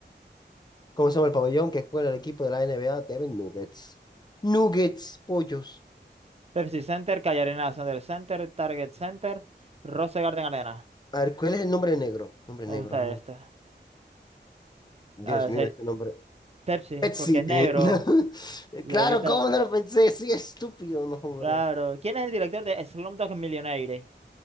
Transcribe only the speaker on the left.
¿Cómo se llama el pabellón que juega el equipo de la NBA? Devin Nuggets. Nuggets, pollos.
A ver, ¿cuál es el nombre negro? Nombre
negro,
no.
Dios
mío,
este nombre.
Pepsi.
<laughs> No.
Claro,
¿cómo no lo pensé? Sí, estúpido, no, hombre.